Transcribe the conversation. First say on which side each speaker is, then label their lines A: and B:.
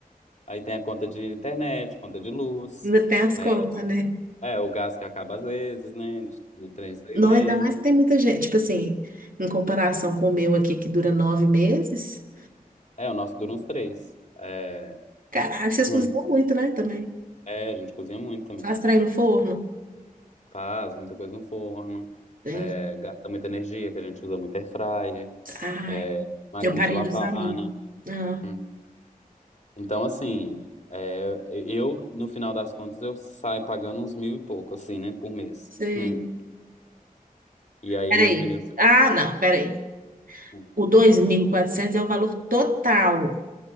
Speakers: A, on the left (about 55°); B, on the right (about 65°).
A: aí tem a conta de internet, conta de luz.
B: Ainda tem as
A: É,
B: contas, né?
A: é, o gás que acaba às vezes, né? De, de três, em três
B: Não,
A: meses.
B: ainda mais que tem muita gente. Tipo assim, em comparação com o meu aqui, que dura nove meses.
A: É, o nosso dura uns três. É,
B: Caralho, vocês
A: hum.
B: cozinham muito, né? Também.
A: É, a gente cozinha muito também.
B: Faz trem no forno.
A: faz muita coisa no forno,
B: Entendi.
A: é, gasta muita energia, que a gente usa muito air fryer,
B: Ai,
A: é, máquina
B: eu parei
A: de lavar,
B: de usar a minha.
A: né?
B: Ah,
A: Hum. Então, assim, é, eu, no final das contas, eu saio pagando uns mil e pouco, assim, né, por mês.
B: sei.
A: Hum. E aí
B: Peraí.
A: os meninos também.
B: Ah, não, peraí.
A: hum.
B: O 2.400 é o valor total.